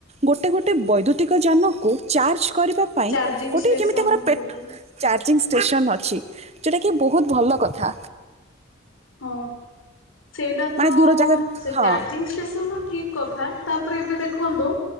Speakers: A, on the right (about 30°); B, on the left (about 85°).
A: ଗୋଟେ ଗୋଟେ ବୈଦ୍ୟୁତିକ ଯାନକୁ ଚାର୍ଜ କରିବା ପାଇଁ
B: ଚାର୍ଜିଂ
A: ଗୋଟେ
B: ଷ୍ଟେସନ
A: ଯେମିତି ଆମର ପେଟ୍
B: ଗୋଟେ
A: ଚାର୍ଜିଂ ଷ୍ଟେସନ ଅଛି ଯୋଉଟା କି ବହୁତ୍ ଭଲ କଥା।
B: ହଁ ସେଇଟା
A: ମାନେ
B: ତ
A: ଦୂର ଜାଗା ହଁ
B: ଚାରିଂ ଜିଙ୍ଗ୍ ଷ୍ଟେସନ୍ ତ ଠିକ୍ କଥା ତାପରେ ଏବେ ଦେଖନ୍ତୁ।